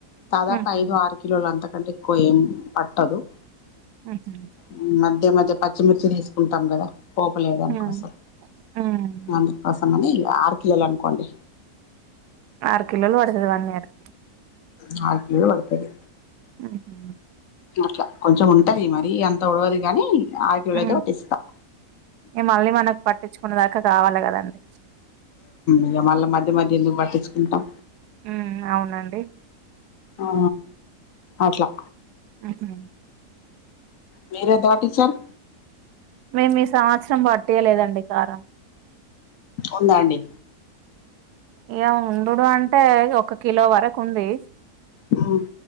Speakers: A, on the left (about 65°); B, on the right (about 80°).
A: దాదాపు
B: ఉహు
A: ఐదు ఆరు కిలోలు అంతా అంటే ఎక్కువ ఏం పట్టదు
B: ఉహు
A: మ్మ్ మధ్య మధ్ పచ్చిమిర్చిలు తీసుకుంటాం కదా పోపులేడానికోసం
B: ఉమ్ ఉమ్
A: అందుకోసమని ఆరుకిలోలు అనుకోండి
B: ఆరు కిలోలు పడుతది వన్ ఇయర్ కి
A: నాకూ కూడ్ పడుతది
B: ఉహూ
A: అట్లా కొంచెం ఉంటది మరీ అంత ఒడవది గాని ఆరు కిలోలు
B: హూ
A: అయితే పట్టిస్తాం
B: ఎ మళ్ళీ మనకు పట్టించుకునేదాకా రావాలి కదండి
A: ఇక మళ్ళా మధ్య మధ్య ఎందు పట్టించుకుంటాం
B: ఉ అవునండి
A: ఆ అట్లా
B: మ్మ్ హు
A: మీరు ఏంతపట్టిచ్ఛారు
B: మేము ఈ సంవత్సరం బట్టీయ్యా లేదండి కారం
A: ఉందా అండి
B: ఇక ఉండుడూ అంటే ఒక కిలో వరకు ఉంది
A: ఆ